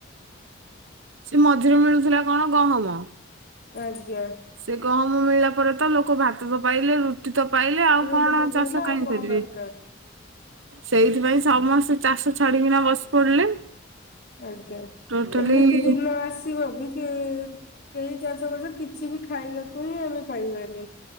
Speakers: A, on the right; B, on the left.
A: ସେ ମଝିରେ ମିଳୁଥିଲା କଣ ଗହମ
B: ଆଜ୍ଞା
A: ସେ ଗହମ ମିଳିଲା ପରେ ତ ଲୋକ ଭାତ ତ ପାଇଲେ ରୁ ଟିତ ପାଇଲେ ଆଉ
B: ରୁଟି
A: କଣ
B: ତ ପାଇଲା
A: ଚାଷ କାହିଁ
B: ଆଉ କଣ
A: କରିବେ
B: ଦରକାର
A: ସେଇଥିପାଇଁ ସମସ୍ତେ ଚାଷ ଚ୍ଛାଡିକିନା ବସି ପଡିଲେ
B: ଆଜ୍ଞା
A: ଟୋଟାଲି
B: ଏମିତି ଦିନ ଆସ ଟି ଭାବିଥିବେ କେଇ ଚାଷ କଷ କିଛି ବି ଖାଇବାକୁ ହିଁ ଆମେ ପାଇବାନି